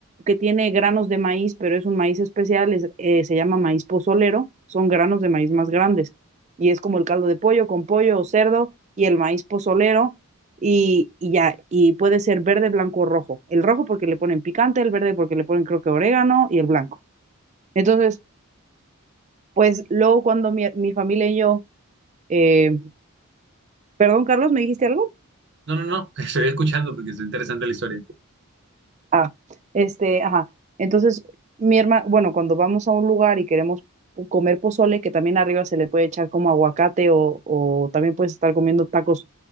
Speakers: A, on the right (about 30°); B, on the right (about 50°).
A: que tiene granos de maíz, pero es un maíz especial, es, eh, se llama maíz pozolero, son granos de maíz más grandes y es como el caldo de pollo con pollo o cerdo y el maíz pozolero y, y ya, y puede ser verde, blanco o rojo. El rojo porque le ponen picante, el verde porque le ponen creo que orégano y el blanco. Entonces, pues luego cuando mi, mi familia y yo, eh, perdón Carlos, ¿me dijiste algo?
B: No, no, no, <laughs> estoy escuchando porque es interesante la historia.
A: Ah, este, ajá. Entonces, mi hermana, bueno, cuando vamos a un lugar y queremos po- comer pozole, que también arriba se le puede echar como aguacate o, o también puedes estar comiendo tacos.